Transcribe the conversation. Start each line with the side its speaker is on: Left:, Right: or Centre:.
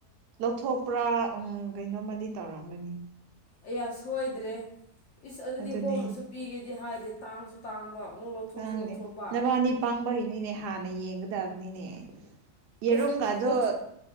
Right: ꯂꯧꯊꯣꯛꯄ꯭ꯔꯥ ꯎ ꯀꯩꯅꯣꯝꯃꯗꯤ ꯇꯧꯔꯝꯒꯅꯤ
Left: ꯑꯩꯌꯥ ꯁꯣꯏꯗ꯭ꯔꯦ ꯏꯁ ꯑꯗꯨꯗꯤ
Right: ꯑꯗꯨꯅꯦ
Left: ꯍꯣꯡꯕꯁꯨ ꯄꯤꯒꯦꯗꯤ ꯍꯥꯏꯗꯤ ꯇꯥꯡꯁꯨ ꯇꯥꯡꯕ ꯑꯃꯨꯛ ꯂꯧꯊꯣꯛꯁꯨ
Right: ꯈꯪꯗꯦ
Left: ꯂꯧꯊꯣꯛꯄ
Right: ꯅꯕꯥꯅꯤ ꯄꯥꯡꯕꯒꯤꯅꯤꯅꯦ ꯍꯥꯟꯅ ꯌꯦꯡꯒꯗꯕꯅꯤꯅꯦ ꯌꯦꯔꯨꯝꯒꯗꯣ
Left: ꯑꯁ ꯂꯧꯊꯣꯛ